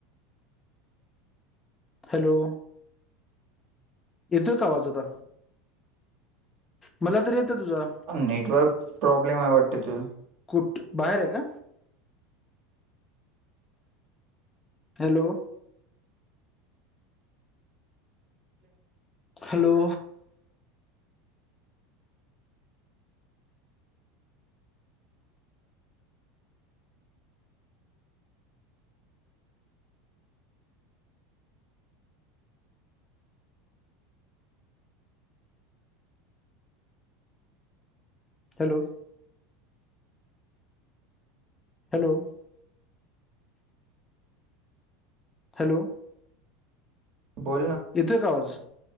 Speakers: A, on the left (about 20°); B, on the right (about 50°).
A: हॅलो? येतोय का आवाज आता? मला तर येतं तुझा?
B: नेटवर्क प्रॉब्लेम आहे वाटतते तू
A: कुठ बाहेर आहे का? Hello. Hello? Hello. Hello. Hello.
B: बोल ना.
A: येतोय का आवाज?